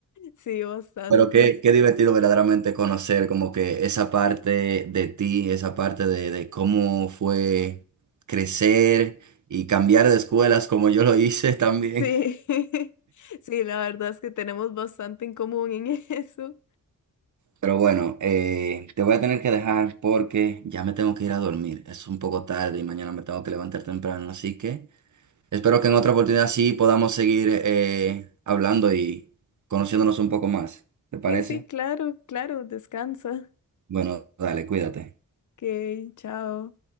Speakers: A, on the left (about 55°); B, on the right (about 55°).
A: sí, bastante.
B: Pero qué, qué divertido verdaderamente conocer como que esa parte de ti, esa parte de, de cómo fue crecer y cambiar de escuelas como yo lo hice <laughs> también.
A: Sí, <laughs> sí, la verdad es que tenemos bastante en común en <laughs> eso.
B: Pero bueno, eh, te voy a tener que dejar porque ya me tengo que ir a dormir. Es un poco tarde y mañana me tengo que levantar temprano. Así que espero que en otra oportunidad sí podamos seguir eh, hablando y conociéndonos un poco más. ¿Te parece?
A: Sí, sí, claro, claro, descansa.
B: Bueno, dale, cuídate.
A: Ok, chao.